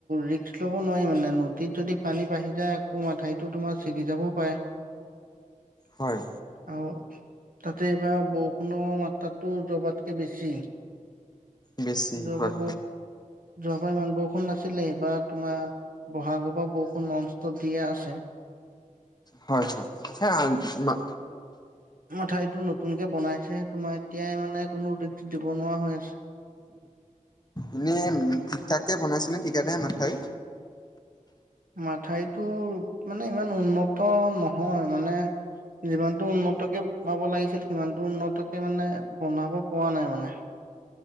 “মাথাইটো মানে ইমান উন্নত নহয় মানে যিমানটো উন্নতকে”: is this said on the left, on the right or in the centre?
Right